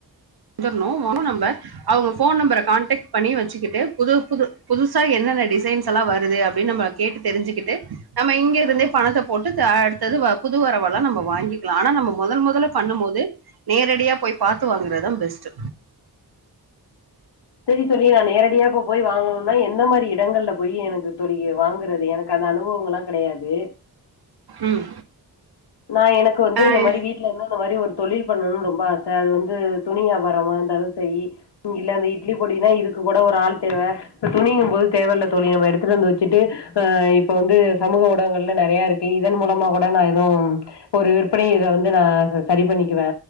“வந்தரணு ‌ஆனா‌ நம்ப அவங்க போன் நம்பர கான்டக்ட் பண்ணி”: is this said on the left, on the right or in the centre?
Right